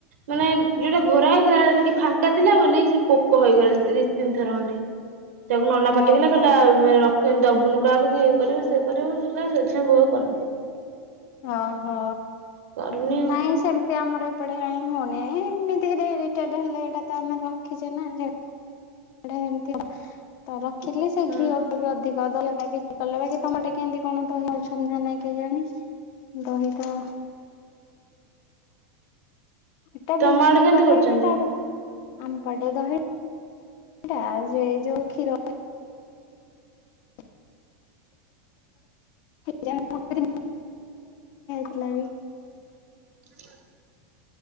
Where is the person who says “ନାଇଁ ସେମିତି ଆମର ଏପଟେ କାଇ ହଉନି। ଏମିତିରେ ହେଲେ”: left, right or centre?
Left